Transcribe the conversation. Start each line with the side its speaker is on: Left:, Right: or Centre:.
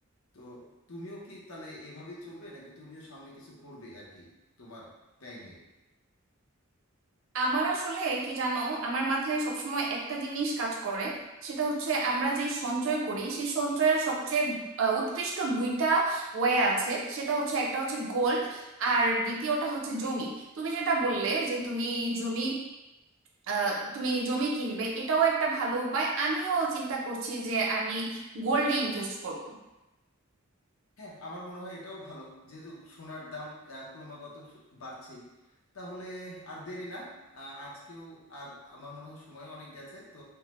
Left: তো তুমিও কি তাহলে এইভাবেই চলবে নাকি তুমিও সামনে কিছু করবে আর কি তোমার ব্যয় নিয়ে
Right: আমার আসলে কি জানো আমার মাথায় সবসময় একটা জিনিস কাজ করে সেটা হচ্ছে আমরা যে সঞ্চয় করি সেই সঞ্চয়ের সবচেয়ে আহ, উৎকৃষ্ট দুইটা ওয়ে আছে সেটা হচ্ছে একটা হচ্ছে গোল্ড আর দ্বিতীয়টা হচ্ছে জমি তুমি যেটা বললে যে তুমি জমি আহ, তুমি জমি কিনবে এটাও একটা ভালো উপায় আমিও চিন্তা করছি যে আমি গোল্ডে ইনভেস্ট করব
Left: হ্যাঁ আমার মনে হয় এটাও ভালো যেহেতু সোনার দাম আহ, ক্রমাগত স- বাড়ছেই তাহলে আর দেরি না আহ, আজকেও আর আমার মনে হয় সময়ও অনেক গেছে তো